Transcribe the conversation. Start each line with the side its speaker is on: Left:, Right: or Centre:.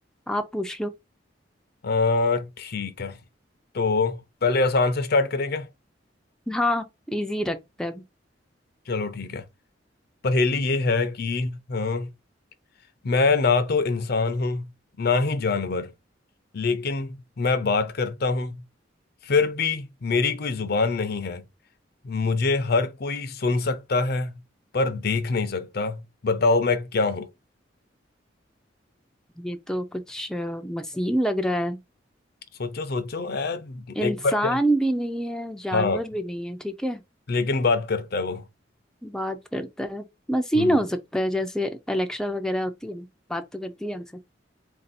Centre: आप पूछ लो
Left: अ, ठीक है तो पहले आसान से स्टार्ट करेंगे
Centre: हाँ इजी रखते हैं
Left: चलो ठीक है पहेली ये है कि हाँ, मैं ना तो इंसान हूँ ना ही जानवर लेकिन मैं बात करता हूँ फिर भी मेरी कोई जुबान नहीं है मुझे हर कोई सुन सकता है पर देख नहीं सकता बताओ मैं क्या हूँ
Centre: ये तो कुछ अ, मशीन लग रहा है
Left: सोचो सोचो ऐ
Centre: इंसान
Left: एक बार क्या
Centre: भी नहीं है जानवर
Left: हाँ
Centre: भी नहीं है ठीक है
Left: लेकिन बात करता है वो
Centre: बात करता है मशीन
Left: हम्म
Centre: हो सकता है जैसे एलेक्सा वगैरह होती है बात तो करती है हमसे